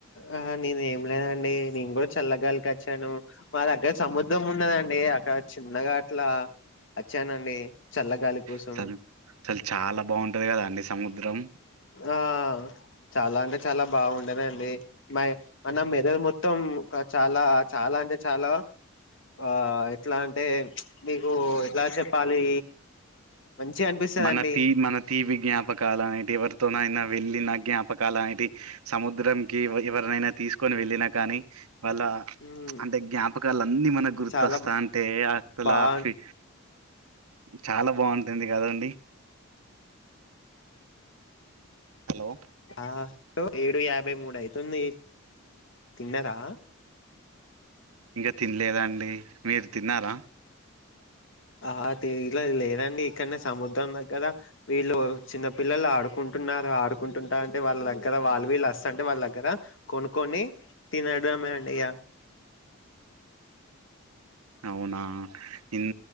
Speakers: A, on the left; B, on the right.
A: ఆ నేను ఏం లేదండి నేను కూడా చల్లగాలికి అచ్చాను మా దగ్ అంటే సముద్రం ఉన్నదండి అక్కడ చిన్నగా అట్లా వచ్చానండి చల్లగాలి కోసం
B: అసలు అసలు చాలా బాగుంటది కదా అండి సముద్రం
A: ఆ చాలా అంటే చాలా బాగుంది అదండి మ మన మెదడు మొత్తం చాలా చాలా అంటే చాలా ఆ ఎట్లా అంటే మీకు ఎట్లా చెప్పాలి మంచిగా అనిపిస్తదండి
B: మన తీ మన తీపి జ్ఞాపకాలు అనేటివి ఎవరితోనైయినా వెళ్ళి నా జ్ఞాపకలు అనేటివి సముద్రంకి ఎవరినైనా తీసుకొని వెళ్ళినా కానీ వాళ్ళ
A: మ్మ్
B: అంటే జ్ఞాపకాలు అన్ని మనకు గుర్తొస్తాంటే
A: చాలా
B: అంతలా
A: బాగుంటుంది
B: ఫీ చాలా బాగుంటుంది కదండి హలో
A: ఆ ఏడు యాభై మూడు అయితుంది తిన్నరా
B: ఇంకా తినలేదండి మీరు తిన్నారా
A: ఆ అది ఇట్ల లేదండి ఇక్కడనే సముద్రం దగ్గర వీళ్ళు చిన్న పిల్లలు ఆడుకుంటున్నారు ఆడుకుంటుంటార అంటే వాళ్ళ దగ్గర వాళ్ళు వీళ్ళు వస్త అంటే వాళ్ళ దగ్గర కొనుక్కొని తినడమే ఇగ
B: అవునా ఇన్